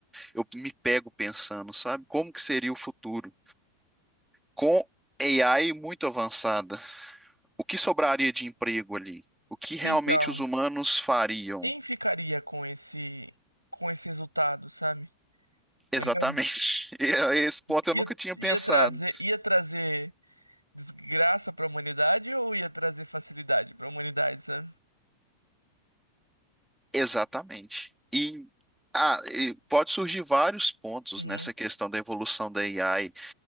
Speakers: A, in the centre; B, on the right.
A: eu me pego pensando, sabe? Como que seria o futuro? com AI muito avançada, o que sobraria de emprego ali? O que realmente
B: Então,
A: os humanos fariam?
B: quem ficaria com esse com esse resultado, sabe? Entendeu?
A: Exatamente. <laughs> Esse ponto
B: Ia,
A: eu nunca tinha
B: ia
A: pensado.
B: trazer, ia trazer desgraça pra humanidade ou ia trazer facilidade pra humanidade, sabe?
A: Exatamente. E, ah, e pode surgir vários pontos
B: Uhum.
A: nessa questão da evolução da AI.